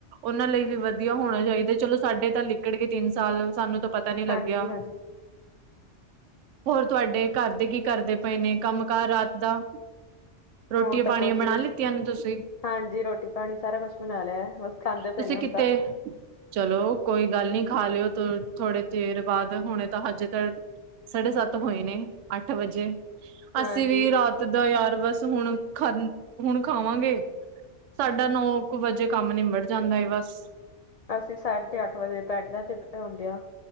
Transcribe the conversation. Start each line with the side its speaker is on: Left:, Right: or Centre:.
Right: ਓਨਾਂ ਲਈ ਵੀ ਵਧੀਆ ਹੋਣਾ ਚਾਹੀਦਾ ਚਲੋ ਸਾਡੇ ਤਾਂ ਲਿਕੜ ਗੇ ਤਿੰਨ ਸਾਲ, ਸਾਨੂੰ ਤਾ ਪਤਾ ਨੀ
Left: ਹਾਂਜੀ-ਹਾਂਜੀ,
Right: ਲੱਗਿਆ। ਹੋਰ ਤੁਹਾਡੇ ਘਰ ਦੇ ਕੀ ਕਰਦੇ ਪਏ ਨੇ ਕੰਮ-ਕਾਰ ਰਾਤ ਦਾ? ਰੋਟੀਆਂ
Left: ਹੁਣ ਤਾਂ
Right: ਪਾਣੀਆਂ
Left: ਕੁਛ
Right: ਬਣਾ
Left: ਵੀ
Right: ਲਿੱਤੀਆਂ ਨੇ ਤੁਸੀਂ
Left: ਹਾਂਜੀ ਰੋਟੀ ਪਾਨੀ ਸਾਰਾ ਕੁਛ ਬਣਾ ਲਿਆ ਬਸ ਖਾਂਦੇ
Right: ਤੁਸੀਂ
Left: ਪਏ ਨੇ ਹੁਣ
Right: ਕਿਤੇ
Left: ਤਾਂ,
Right: ਚਲੋ ਕੋਈ ਗੱਲ ਨੀ ਖਾ ਲਿਓ ਥੋੜੇ ਦੇਰ ਬਾਦ ਹੁਣੇ ਤਾਂ ਹਜੇ ਤਾ ਸਾਢੇ ਸੱਤ ਹੋਏ ਨੇ ਅੱਠ ਵਜੇ। ਅਸੀਂ
Left: ਹਾਂਜੀ
Right: ਵੀ ਰਾ ਦਾ ਯਾਰ ਬਸ ਹੁਣ ਖਾ ਹੁਣ ਖਾਵਾਂਗੇ। ਸਾਡਾ ਨੌ ਕ ਵਜੇ ਕੰਮ ਨਿਬੜ ਜਾਂਦਾ ਏ ਬਸ।
Left: ਅਸੀਂ ਸਾਢੇ ਅੱਠ ਵਜੇ ਬੈਡਾ ਤੇ ਬ ਅ ਹੁੰਦੇ ਆ।